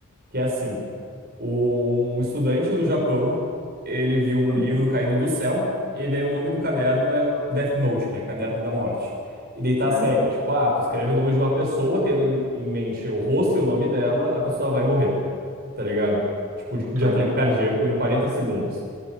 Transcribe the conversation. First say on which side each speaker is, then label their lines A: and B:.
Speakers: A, on the right; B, on the right.
A: Que é assim, um estudante no Japão, ele viu um
B: Hum,
A: livro caindo do céu, e daí o nome do caderno é o Death Note, né? Caderno da Morte. E daí tá
B: ah,
A: as regras, tipo, ah, tu escreve o nome de uma pessoa, tendo em em mente o rosto e o nome dela, a pessoa vai morrer. tá ligado? Tipo, de, de
B: caramba,
A: ataque cardíaco em 40 segundos.